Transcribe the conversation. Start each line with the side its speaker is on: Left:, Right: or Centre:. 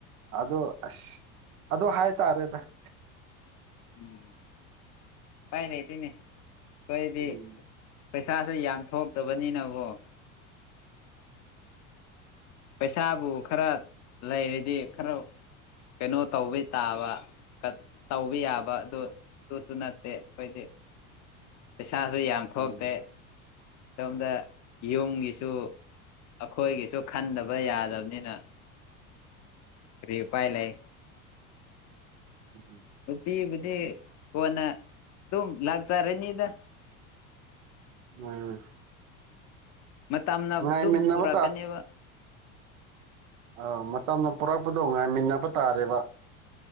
Right: ꯑꯗ‌ꯣ ꯑꯁ ꯑꯗ‌ꯣ ꯍꯥꯏꯇꯥꯔꯦꯗ
Left: ꯎꯝ ꯄꯥꯏ ꯂꯩꯇ‌ꯦꯅ‌ꯦ ꯈ‌ꯣꯏꯗꯤ
Right: ꯎꯝ
Left: ꯄꯩꯁꯥꯁꯨ ꯌꯥꯝ ꯊꯣꯛꯇꯕꯅꯤꯅꯒ‌ꯣ ꯄꯩꯁꯥꯕꯨ ꯈꯔ ꯂꯩꯔꯗꯤ ꯈꯔ ꯀꯩꯅꯣ ꯇꯧꯕꯩ ꯇꯥꯕ ꯀꯠ ꯇꯧꯕ ꯌꯥꯕꯗ‌ꯣ ꯗꯨꯁꯨ ꯅꯠꯇꯦ ꯑꯩꯈꯣꯏꯗꯤ ꯄꯩꯁꯥꯁꯨ ꯌꯥꯝ
Right: ꯎꯝ
Left: ꯊꯣꯛꯇꯦ ꯁꯣꯝꯗ ꯌꯨꯝꯒꯤꯁꯨ ꯑꯈꯣꯏꯒꯤꯁꯨ ꯈꯟꯗꯕ ꯌꯥꯗꯝꯅꯤꯅ
Right: <inaudible>
Left: ꯀꯔꯤ ꯎꯄꯥꯏ ꯂꯩ
Right: ꯎꯝ
Left: ꯅꯨꯄꯤꯕꯨꯗꯤ ꯀꯣꯟꯅ ꯑꯗꯨꯝ ꯂꯥꯛꯆꯔꯅꯤꯗ
Right: ꯃꯣꯏ
Left: ꯃꯇꯝꯅ ꯑꯗꯨꯝ
Right: ꯉꯥꯏꯃꯤꯟꯅꯕ
Left: ꯄꯨꯔꯛꯀꯅꯦꯕ
Right: ꯑ‌ꯧ ꯃꯇꯝꯅ ꯄꯨꯔꯛꯄꯗꯣ ꯉꯥꯏꯃꯤꯟꯅꯕ ꯇꯥꯔꯦꯕ